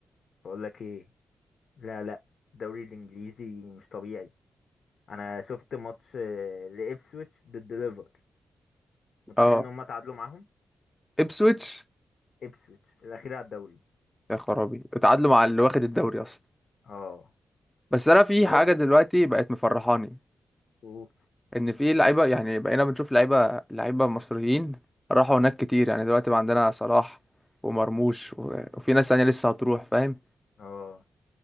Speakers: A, on the left; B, in the centre.
A: بقول لك ايه لا لا الدوري الانجليزي مش طبيعي انا شفت ماتش آه، لابسويتش ضد ليفر متخيل
B: اه
A: ان هم تعادلوا معاهم
B: ابسويتش
A: ابسويتش الاخير على الدوري
B: يا خرابي اتعادلوا مع اللي واخد الدوري اصلا
A: اه
B: بس انا في
A: لو
B: حاجه دلوقتي بقت مفرحاني
A: أوه.
B: ان في لعيبه يعني بقينا بنشوف لعيبه لعيبه مصريين راحوا هناك كتير يعني دلوقتي بقى عندنا صلاح ومرموش و... وفي ناس تانية لسه هتروح فاهم
A: اه